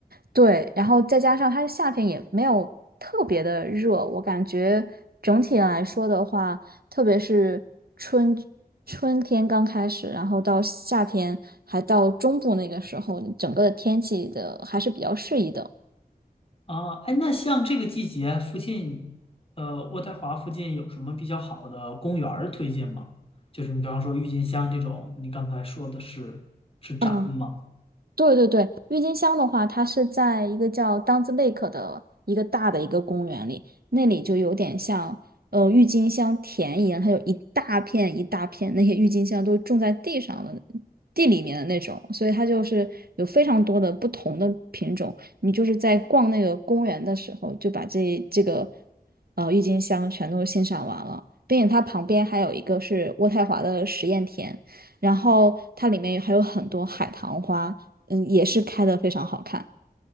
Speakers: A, on the right; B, on the left.
A: 对，然后再加上它夏天也没有特别的热，我感觉整体来说的话，特别是春春天刚开始，然后到夏天还到中部那个时候，整个的天气的还是比较适宜的。
B: 啊，哎，那像这个季节附近，呃，渥太华附近有什么比较好的公园儿推荐吗？就是你比方说郁金香这种，你刚才说的是是展吗？
A: 嗯。对对对，郁金香的话，它是在一个叫 Duns Lake 的一个大的一个公园里，那里就有点像呃郁金香田一样，它有一大片一大片，那些郁金香都种在地上的地里面的那种，所以它就是有非常多的不同的品种。你就是在逛那个公园的时候，就把这这个呃郁金香全都欣赏完了，并且它旁边还有一个是渥太华的实验田。然后它里面还有很多海棠花，嗯，也是开的非常好看。